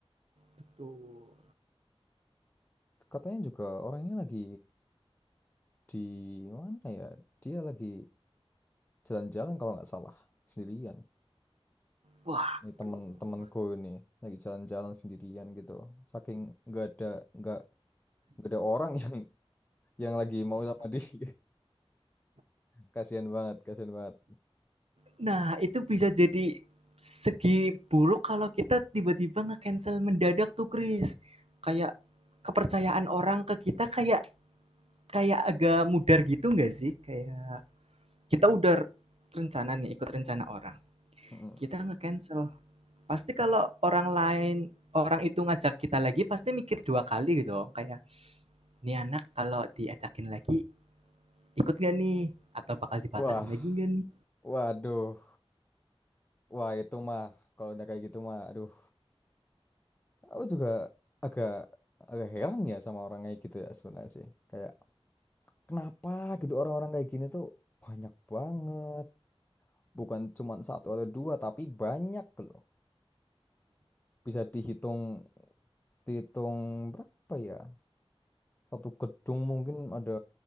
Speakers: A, on the right; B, on the left.
A: Betul.
B: Katanya juga orangnya lagi di mana ya? Dia lagi jalan-jalan kalau nggak salah sendirian.
A: Waduh.
B: Ini temen-temenku ini lagi jalan-jalan sendirian gitu. Saking nggak ada nggak nggak ada orang <laughs> yang yang lagi mau sama dia. <laughs> Kasihan banget, kasihan banget.
A: Nah, itu bisa jadi segi buruk kalau kita tiba-tiba nge-cancel mendadak tuh, Kris. Kayak kepercayaan orang ke kita kayak kayak agak mudar gitu nggak sih? Kayak kita udah rencana nih, ikut rencana orang.
B: Mm-mm.
A: Kita nge-cancel. Pasti kalau orang lain orang itu ngajak kita lagi pasti mikir dua kali gitu Kayak, "Nih anak kalau diajakin lagi ikut gak nih? Atau bakal dibatalin
B: Wah,
A: lagi gak nih?"
B: waduh, wah itu mah kalau udah kayak gitu mah, aduh. Aku juga agak agak heran ya sama orang kayak gitu ya sebenarnya sih. Kayak kenapa gitu orang-orang kayak gini tuh banyak banget. Bukan cuma satu atau dua tapi banyak loh. Bisa dihitung dihitung berapa ya? Satu gedung mungkin ada